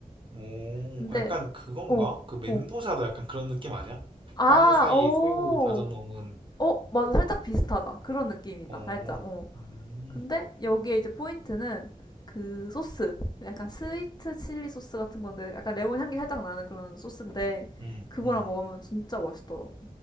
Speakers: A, on the right; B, on the left.
A: 오,
B: 근데,
A: 약간 그건가?
B: 어,
A: 그 멘도샤도
B: 어.
A: 약간 그런 느낌 아니야?
B: 아,
A: 빵 사이에
B: 어.
A: 새우 다져 넣은
B: 어, 맞아. 살짝 비슷하다. 그런 느낌이다.
A: 어,
B: 살짝, 어.
A: 음,
B: 근데 여기에 이제 포인트는 그 소스. 약간 스위트 칠리 소스 같은 건데, 약간 레몬 향기 살짝 나는 그런 소스인데,
A: 음,
B: 그거랑
A: 음.
B: 먹으면 진짜 맛있더라고.